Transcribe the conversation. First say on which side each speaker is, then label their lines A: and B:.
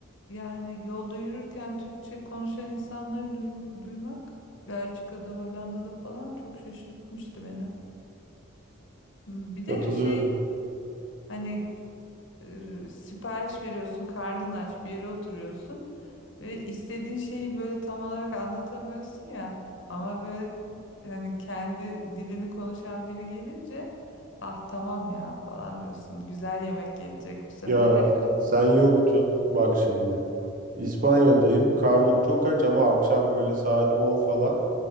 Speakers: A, on the left (about 65°); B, on the right (about 40°).
A: yani yolda yürürken Türkçe konuşan insanları duym- duymak Belçika'da, Hollanda'da falan çok şaşırtmıştı beni. Bir de
B: Katılıyorum.
A: şey hani e, sipariş veriyorsun, karnın aç, bir yere oturuyorsun ve istediğin şeyi böyle tam olarak anlatamıyorsun ya. Ama böyle hani kendi dilini konuşan biri gelince ah tamam ya falan diyorsun. Güzel yemek gelecek bu sefer.
B: Ya sen yoktun. Bak şimdi. İspanya'dayım.
A: <laughs>
B: Karnım çok aç ama akşam böyle saat 10 falan.